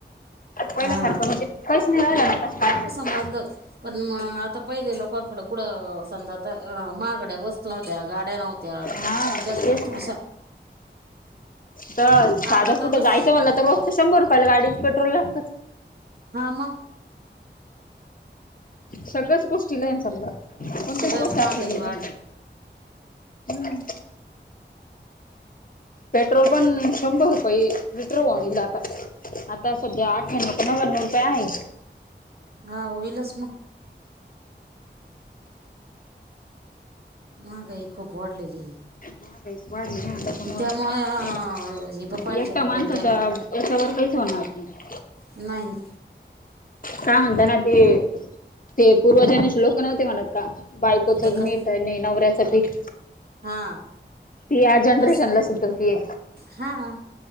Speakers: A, on the left (about 45°); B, on the right (about 55°).
A: पहिला
B: हा
A: सारखं म्हणजे काईच नाही राहिलना. तस पाहायला गेल
B: मद्लं. पण मग आता पहिले लोकांकडे कुड समजा आता महागड्या वस्तू नवत्या. गाड्या नव्हत्या. त्या
A: हा
B: जास्त
A: तेच ना
B: अशा
A: तर साधं
B: आता तर
A: कुठं
B: दुस
A: जायचं म्हनला तर रोजच शंभर रुपयाला गाडीच पेट्रोल लागत.
B: हा मग.
A: सगळ्याच गोष्टी लायन समजा. कोणतीच
B: सगळ्याच
A: गोष्ट
B: महागाई
A: अशी हे
B: वाढली
A: नाहे. हम्म. पेट्रोल पण, शंभर रुपये लिटरल व्हाइल आता. आता सध्या आठ्याण्णव का नव्याण्णव रुपये आहे.
B: हा होईलच म. महागाई खूप वाढलेलीय.
A: महागाईस वाढली ना त्याच्यामुळे
B: त्यामुळे
A: ते.
B: हे पण पाहिजे
A: एकटा
B: ना आपल्याला
A: माणसाच्या
B: त्या
A: याच्यावर काहीच होणार नाही.
B: नाही.
A: काय म्हणता ना ते? ते पूर्वजांनेचे लोक नव्हते म्हणत का? बायकोचं
B: एकच
A: मीठ ह न नवऱ्याच पीठ.
B: हा
A: ती या जनरेशनला
B: तस
A: सुट होती.
B: हा.